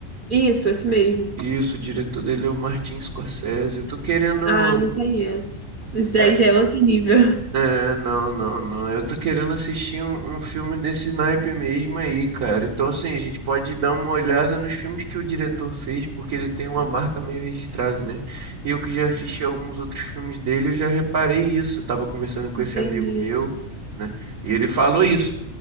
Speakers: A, on the right (about 45°); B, on the right (about 85°).
A: Isso, esse mesmo.
B: Isso, o diretor dele é o Martin Scorsese. Eu tô querendo.
A: Ah, não conheço. Isso
B: é,
A: aí já é outro nível.
B: É, não, não, não. Eu tô querendo assistir um, um filme desse naipe mesmo aí, cara. Então, assim, a gente pode dar uma olhada nos filmes que o diretor fez, porque ele tem uma marca meio registrada, né? Eu que já assisti alguns outros filmes dele, eu já reparei isso. Eu tava conversando com
A: <laughs> Entendi.
B: esse amigo meu, né? E ele falou isso,